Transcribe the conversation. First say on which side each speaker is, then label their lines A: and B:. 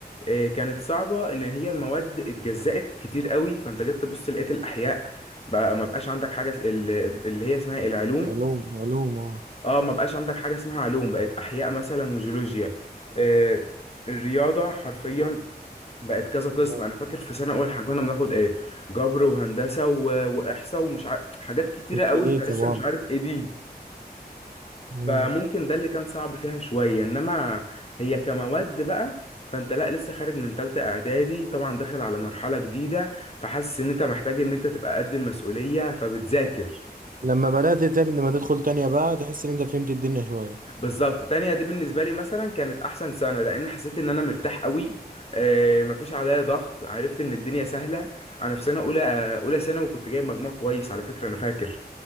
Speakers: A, on the left; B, on the right.
A: آه، كانت صعبة إن هي المواد اتجزأت كتير قوي فأنت جيت تبص لقيت الأحياء بقى ما بقاش عندك حاجة اس- ال- اللي هي اسمها العلوم
B: علوم علوم اه
A: اه ما بقاش عندك حاجة اسمها علوم بقت أحياء مثلا وجيولوجيا آه، الرياضة حرفيا بقت كذا قسم
B: آه،
A: أنا فاكر في سنة أول احنا كنا بناخد إيه جبر وهندسة و- وإحصاء ومش ع... حاجات كتيرة
B: ميكانيكا
A: قوي أنت لسه
B: برضه
A: مش عارف إيه دي
B: مم.
A: فممكن ده اللي كان صعب فيها شوية انما هي كمواد بقى فانت لا لسه خارج من تالتة اعدادي طبعا داخل على مرحلة جديدة فحاسس ان انت محتاج ان انت تبقى قد المسؤولية فبتذاكر
B: لما بدأت تاني لما تدخل تانية بقى تحس ان انت فهمت الدنيا شوية
A: بالظبط تانية دي بالنسبة لي مثلا كانت أحسن سنة لأن حسيت إن أنا مرتاح قوي آه، مفيش عليا ضغط عرفت إن الدنيا سهلة أنا في سنة أولى آه، أولى ثانوي وكنت جايب مجموع كويس على فكرة أنا فاكر